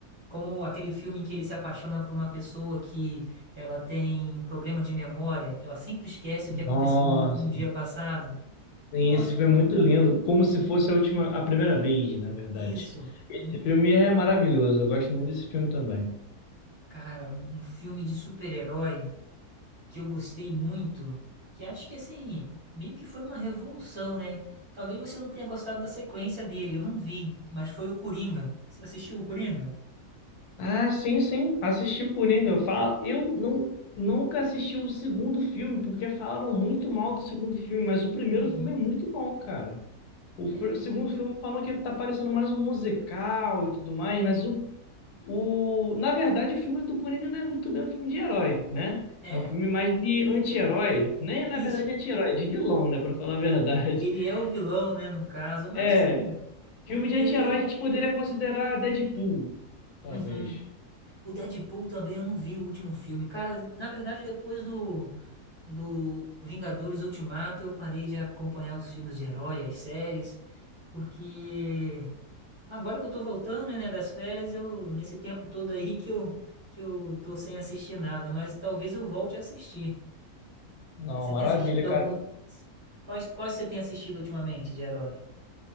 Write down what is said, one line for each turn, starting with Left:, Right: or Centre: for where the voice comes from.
Right: Como aquele filme em que ele se apaixona por uma pessoa que ela tem um problema de memória, que ela sempre esquece o que aconteceu
Left: Nossa,
Right: no, no dia passado.
Left: sim,
Right: Nossa,
Left: esse
Right: aquele...
Left: filme é muito lindo, como se fosse a última, a primeira vez, na verdade.
Right: Isso.
Left: Esse
Right: Um,
Left: filme é maravilhoso, eu gosto muito desse filme também.
Right: cara, um, um filme de super-herói que eu gostei muito, que acho que assim, meio que foi uma revolução, né? Talvez você não tenha gostado da sequência dele, eu não vi, mas foi o Coringa. Você assistiu o Coringa?
Left: Ah, sim, sim. Assisti o Coringa. Eu falo, eu não, nunca assisti o segundo filme, porque falaram muito mal do segundo filme, mas o primeiro
Right: Uhum.
Left: filme é muito bom, cara. O,
Right: É,
Left: pr- o segundo filme falam que tá parecendo mais um musical e tudo mais, mas o, o, na verdade, o filme do Coringa não é muito bem um filme de herói, né?
Right: é, é,
Left: É um filme mais de anti-herói, nem na
Right: isso.
Left: verdade anti-herói, de vilão, né, pra falar a verdade.
Right: Ele
Left: <laughs>
Right: é o vilão, né, no caso, mas
Left: É,
Right: assim, porque
Left: filme de anti-herói a gente poderia considerar Deadpool, talvez.
Right: Uhum. O Deadpool também eu não vi o último filme. Cara, na verdade, depois do, do Vingadores Ultimato, eu parei de acompanhar os filmes de herói, as séries, porque agora que eu tô voltando, né, das férias, eu nesse tempo todo aí que eu, que eu tô sem assistir nada, mas talvez eu volte a assistir.
Left: Não,
Right: Você
Left: maravilha,
Right: tem assistido algum.
Left: cara.
Right: Quais, quais você tem assistido ultimamente de herói?